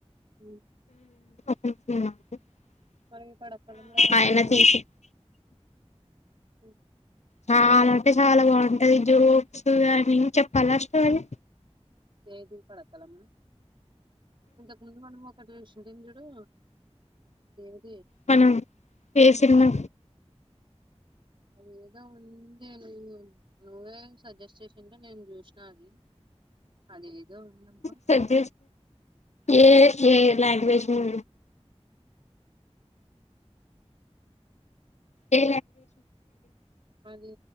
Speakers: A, on the right; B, on the left.
A: ఉ
B: <unintelligible>
A: మరీ పడకలం లో ఆ ఎనిమిది
B: ఆయన
A: మంది
B: తీసి
A: ఉ
B: చాలా అంటే చాలా బాగుంటది జోక్స్ గాని చెప్పాలా స్టోరీ
A: ఏది పడకలమా ఇంతకు ముందు మనం ఒకటి చూసిఉంటే చూడు చడు అది
B: మనం ఈ సినిమా
A: అది ఏదో ఉంది నేను నువ్వే సజెస్ట్ చేసాంటే నేను చూసినా అది అది ఏదో ఉందబ్బా
B: సజ ఏ ఏ లలాంగ్వేజ్ మ ఏ
A: అదే